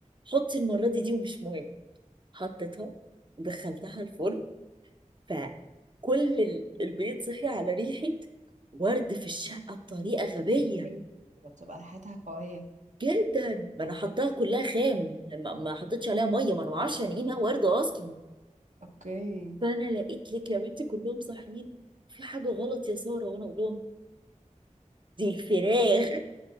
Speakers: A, on the right; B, on the right.
A: حطي المره دي دي ومش مهم حطيتها ودخلتها الفرن فكل ال- البيت صحي على ريحه ورد في الشقه بطريقه غبيه
B: أيوة بتبقى ريحتها قوية
A: جدا ما انا حطاها كلها خام ما ما حطيتش عليها ميه ما انا ما اعرفش يعني ايه انها ورده اصلا
B: اوكي
A: فانا لقيت لك يا بنتي كلهم صاحيين في حاجه غلط يا ساره وانا اقول لهم دي الفراخ